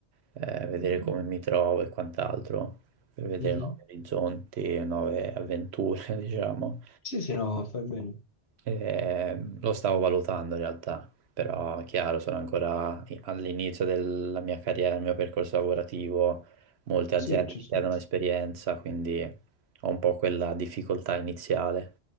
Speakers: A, on the right; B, on the left.
A: eh, vedere come mi trovo e quant'altro, per vedere
B: Mhm,
A: nuovi orizzonti, nuove avventure, <laughs> diciamo.
B: Sì, sì, no, fai bene.
A: Ehm, lo stavo valutando in realtà, però chiaro, sono ancora i- all'inizio della mia carriera, del mio percorso lavorativo, molte aziende
B: Sì, ci
A: ti
B: sono.
A: chiedono esperienza, quindi ho un po' quella difficoltà iniziale.